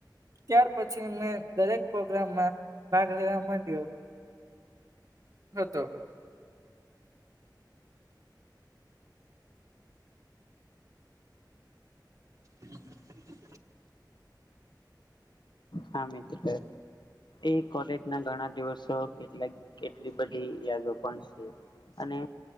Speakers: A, on the right; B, on the left.
A: ત્યાર પછી મેં દરેક પ્રોગ્રામમાં ભાગ લેવા માંડ્યો. હતો. <inaudible>
B: હા મિત્ર એ કોલેજ ના ઘણા દિવસો કેટલાક કેટલી બધી યાદો પણ છે અને